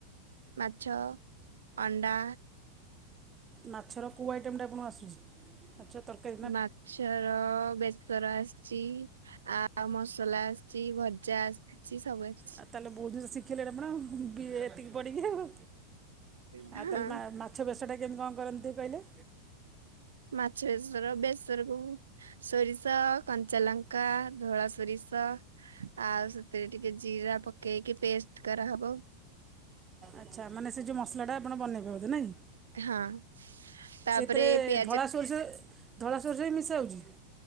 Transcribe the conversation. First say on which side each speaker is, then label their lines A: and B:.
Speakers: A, on the right (about 70°); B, on the right (about 20°).
A: ମାଛ, ଅଣ୍ଡା।
B: ମାଛର କୋଉ ଆଇଟମ୍ ଟା ଆପଣଙ୍କୁ ଆସୁଛି। ମାଛ ତରକାରି।
A: ମାଛର ବେଶର ଆସିଛି ଆ ଆଉ ମସଲା ଆସିଛି, ଭଜା ଆସିଛି, ସବୁ ଆସିଛି।
B: ଆଉ ତାହେଲେ ବହୁତ ଜିନିଷ ଶିଖିଲେଣି ଆପଣ, ଏତିକି ପଡିକି ଆଉ,
A: ହଁ
B: ଆଉ ତାହେଲେ ମାଛ ବେଶଟା କେମିତି କଣ କରନ୍ତି କହିଲେ?
A: ମାଛ ବେସର, ବେସର କୁ ସୋରିଷ, କଞ୍ଚା ଲଙ୍କା, ଧଳା ସୋରିଷ ଆଉ ସେଥିରେ ଟିକେ ଜିରା ପକେଇକି ପେଷ୍ଟ କରାହବ।
B: ଆଛା, ମାନେ ସେ ଯୋଉ ମସଲା ଟା ଆପଣ ବନେଇବୋଧେ ନାଇଁ?
A: ହଁ। ତାପରେ
B: ସେଥିରେ
A: ପିଆଜ
B: ଧଳା ସୋରିଷ ଧଳା ସୋରିଷ ବି ମିଶାଯାଉଛି।